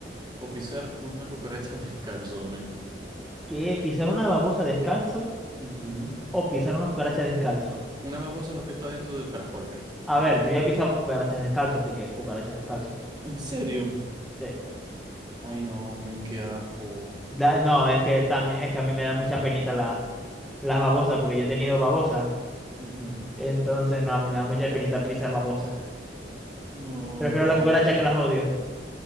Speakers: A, on the right (about 25°); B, in the centre.
A: o pisar una cucaracha <laughs> descalzo, men?
B: ¿Qué? ¿Pisar una babosa descalzo
A: Ujú.
B: o pisar una cucaracha descalzo?
A: Una babosa es lo que está dentro del caracol, pe.
B: A ver, yo ya he pisado cucarachas descalzo, así que cucarachas descalzo.
A: ¿En serio?
B: Sí.
A: Ay, no, men, qué ajo.
B: La- no, es que también, es que a mí me da mucha penita la- las babosas, porque yo he tenido babosas.
A: Ujú.
B: Entonces, no, a mí me da mucha penita pisar babosas.
A: No,
B: Prefiero
A: causa.
B: la cucaracha que las odio,